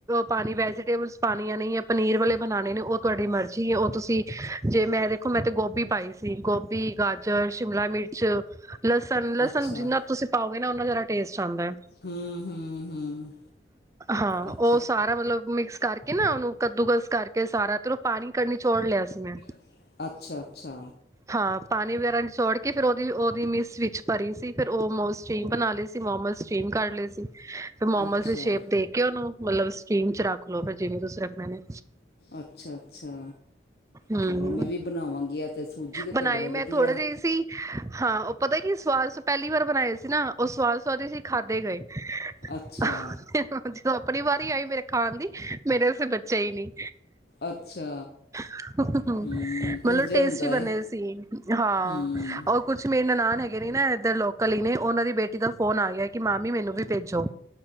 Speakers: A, on the right; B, on the left.
A: ਪਾਣੀ ਵੈਜੀਟੇਬਲਸ ਪਾਣੀਆਂ ਨਹੀ ਐ ਪਨੀਰ ਵਾਲੇ ਬਣਾਣੇ ਨੇ ਉਹ ਤੁਹਾਡੀ ਮਰਜ਼ੀ ਹੈ ਉਹ ਤੁਸੀਂ ਜੇ ਮੈਂ ਦੇਖੋ ਮੈਂ ਤੇ ਗੋਭੀ ਪਾਈ ਸੀ ਗੋਭੀ, ਗਾਜਰ, ਸ਼ਿਮਲਾ, ਮਿਰਚ ਲਸਣ ਲਸਣ
B: ਅੱਛਾ
A: ਜਿੰਨਾ ਤੁਸੀਂ ਪਾਓਗੇ ਨਾ ਉਹਨਾ ਜ਼ਿਆਦਾ ਟੇਸਟ ਆਂਦਾ ਹੈ।
B: ਹੂੰ ਹੂੰ- ਹੂੰ!
A: ਹਾਂ
B: ਅੱਛਾ!
A: ਉਹ ਸਾਰਾ ਮਤਲਬ ਮਿਕਸ ਕਰਕੇ ਨਾ ਉਹਨੂੰ ਕੱਦੂਕਸ ਕਰਕੇ ਸਾਰਾ ਤੇ ਉਹ ਉਹ ਪਾਣੀ ਕੱਢ ਨਿਚੋੜ ਲਿਆ ਸੀ ਮੈਂ
B: ਸੀ ਅੱਛਾ- ਅੱਛਾ!
A: ਹਾਂ! ਪਾਣੀ ਵਗੈਰਾ ਨਿਚੋੜ ਕੇ ਫਿਰ ਉਹਦੀ- ਉਹਦੀ ਮਿਸ ਵਿੱਚ ਭਰੀ ਸੀ ਫੇਰ ਉਹ ਮੋਸ 'ਚ ਬਣਾ ਲਏ ਤੇ ਮੋਮਸ ਸਟੀਮ ਕਰ ਲਏ ਸੀ। ਫਿਰ ਮੋਮਸ
B: ਅੱਛਾ
A: ਦੀ ਸ਼ੇਪ ਦੇ ਕੇ ਉਹਨੂੰ ਮਤਲਬ ਸਟੀਮ 'ਚ ਰੱਖ ਲਓ ਫਿਰ ਜਿਵੇਂ ਤੁਸੀਂ ਰੱਖਣੇ ਨੇ।
B: ਅੱਛਾ- ਅੱਛਾ
A: ਹੂੰ
B: ਚਲੋ ਮੈਂ ਵੀ ਬਣਾਵਾਂਗੀ ਐ ਤੇ ਸੂਜੀ ਦੇ ਤੇ
A: ਬਣਾਏ
B: ਬੜੇ
A: ਮੈਂ
B: ਵਧੀਆ
A: ਥੋੜੇ ਜਿਹੇ ਸੀ ਹਾਂ ਉਹ ਪਤਾ ਕੀ ਸਵਾਦ ਪਹਿਲੀ ਵਾਰ ਬਣਾਏ ਸੀ ਨਾ ਉਹ ਸਵਾਦ- ਸਆਦ ਸੀ ਖਾਧੇ ਗਏ। <inaudible>
B: ਅੱਛਾ
A: ਜਦੋਂ ਆਪਣੀ ਵਾਰੀ ਆਈ ਮੇਰੇ ਖਾਣ ਦੀ ਮੇਰੇ ਅਸਤੇ ਬਚਿਆ ਹੀ ਨਹੀਂ।
B: ਅੱਛਾ!
A: <inaudible> ਮਤਲਬ
B: ਹੂੰ ਇੰਝ
A: ਟੇਸਟੀ
B: ਹੁੰਦਾ ਏ
A: ਬਣੇ ਸੀ ਹਾਂ।
B: ਹੂੰ
A: ਕੁਛ ਮੇਰੇ ਨਨਾਨ ਹੈਗੇ ਨੇ ਨਾ ਇਧਰ ਲੋਕਲ ਹੀ ਨੇ ਉਹਨਾਂ ਦੀ ਬੇਟੀ ਦਾ ਫੋਨ ਆ ਗਿਆ ਕਿ ਮਾਮੀ ਮੈਨੂੰ ਵੀ ਭੇਜੋ।